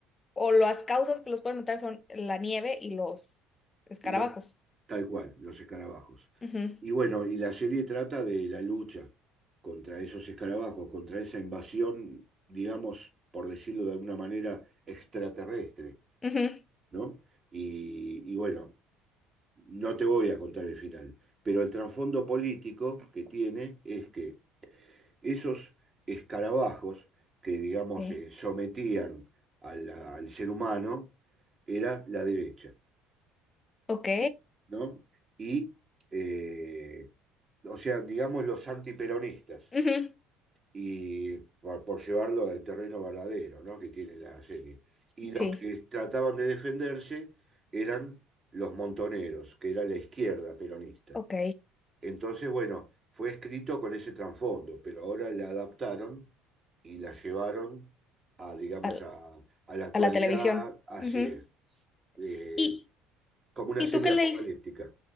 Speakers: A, on the left; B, on the right.
A: o las causas que los pueden matar son la nieve y los escarabajos.
B: Y lo- tal cual, los escarabajos.
A: Ujú,
B: Y bueno, y la serie trata de la lucha contra esos escarabajos, contra esa invasión, digamos, por decirlo de alguna manera, extraterrestre,
A: ujú,
B: ¿no? Y, y bueno, no te voy a contar el final, pero el trasfondo político que tiene es que esos escarabajos que, digamos,
A: Sí.
B: eh, sometían al al ser humano, era la derecha.
A: Ok.
B: y- ¿no? Y, eh, o sea, digamos los antiperonistas,
A: Ujú,
B: y por, por llevarlo al terreno verdadero, ¿no? Que tiene la serie. Y los
A: Sí.
B: que trataban de defenderse eran los montoneros, que era la izquierda peronista.
A: Ok.
B: Entonces, bueno, fue escrito con ese trasfondo, pero ahora la adaptaron y la llevaron a, digamos,
A: Al-
B: a, a la actualidad,
A: a la televisión.
B: así
A: Ujú.
B: es, eh,
A: ¿Y,
B: como una
A: y
B: serie
A: tú qué
B: apocalíptica.
A: leíste?